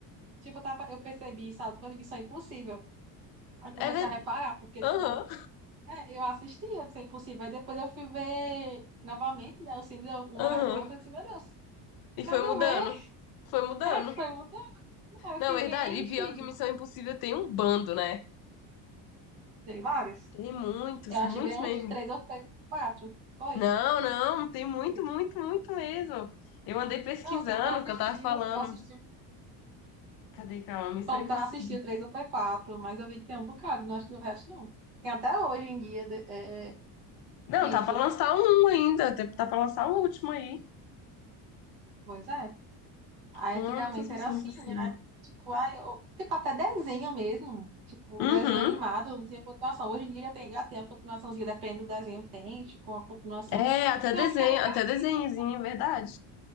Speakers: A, on the right; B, on the left.
A: tipo, eu tava, eu percebi, sabe, quando vi Missão Impossível. Aí comecei
B: É verdade.
A: a reparar, porque,
B: Aham.
A: tipo, É, eu assistia, se possível. Aí depois eu fui ver novamente, né? Os filmes um
B: Aham.
A: atrás do outro. Eu disse, meu Deus, nada
B: E foi
A: a
B: mudando.
A: ver.
B: Foi
A: <laughs>
B: mudando.
A: Aí foi mudando. Aí eu
B: Não,
A: fiquei,
B: é verdade. E
A: gente.
B: pior que Missão Impossível tem um bando, né?
A: Tem várias,
B: Tem muitos,
A: Eu achei
B: muitos
A: bem
B: mesmo.
A: uns três ou foi quatro. Foi.
B: Não, não, tem
A: Tipo,
B: muito, muito, muito mesmo. Eu andei pesquisando
A: não, sendo que eu assisti,
B: o que eu tava
A: eu
B: falando.
A: não assisti.
B: Cadê, calma? Missão
A: Falando
B: Impossível.
A: que eu não assisti o três ou foi quatro, mas eu vi que tem um bocado, não acho que o resto não. Tem até hoje em dia de- é,
B: Não,
A: isso.
B: tá pra lançar um ainda. Tá tá pra lançar o último aí.
A: Pois é. Aí
B: Quantas
A: antigamente
B: missões
A: era assim,
B: do
A: aí, tipo, aí, eu- tipo, até desenho mesmo, tipo,
B: Uhum.
A: desenho animado, não tinha continuação. Hoje em dia já tem, já tem a continuaçãozinha, dependendo do desenho, tem, tipo, uma continuação.
B: É, até
A: Tem
B: desenho,
A: uns que ainda
B: até
A: é assim,
B: desenhozinho,
A: né?
B: verdade.